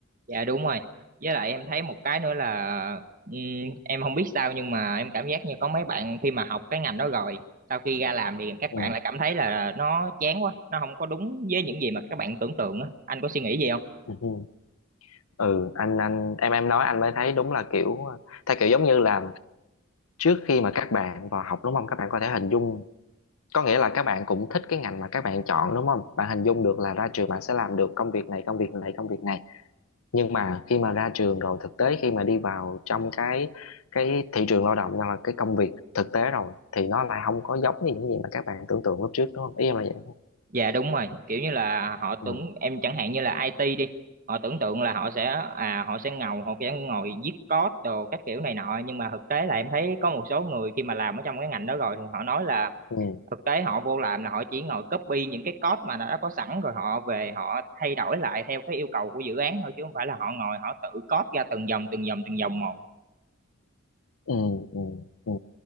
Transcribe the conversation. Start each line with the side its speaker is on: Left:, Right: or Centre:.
Right: Dạ đúng rồi. Với lại em thấy một cái nữa là ừm, em không biết sao nhưng mà em cảm giác như có mấy bạn khi mà học cái ngành đó rồi, sau khi ra làm thì các
Left: ừ
Right: bạn lại cảm thấy là nó chán quá, nó không có đúng với những gì mà các bạn tưởng tượng á. Anh có suy nghĩ gì không?
Left: ừ ừ. Ừ, anh anh em em nói anh mới thấy đúng là kiểu theo kiểu giống như là trước khi mà các bạn vào học đúng không các bạn có thể hình dung có nghĩa là các bạn cũng thích cái ngành mà các bạn chọn đúng không bạn hình dung được là ra trường bạn sẽ làm được công việc này công việc này công việc này nhưng mà khi mà ra trường rồi thực tế khi mà đi vào trong cái cái thị trường lao động hoặc là cái công việc thực tế rồi thì nó lại không có giống như những gì mà các bạn tưởng tượng lúc trước đúng không ý em là vậy
Right: Dạ đúng rồi, kiểu như là họ tưởng
Left: ừ
Right: em chẳng hạn như là IT đi, họ tưởng tượng là họ sẽ à họ sẽ ngầu, họ sẽ ngồi viết code đồ các kiểu này nọ nhưng mà thực tế là em thấy có một số người khi mà làm ở trong cái ngành đó rồi thì họ nói là
Left: ừ
Right: thực tế họ vô làm là họ chỉ ngồi copy những cái code mà đã có sẵn rồi họ về họ thay đổi lại theo cái yêu cầu của dự án thôi chứ không phải là họ ngồi họ tự code ra từng dòng từng dòng từng dòng một
Left: ừ ừ ừ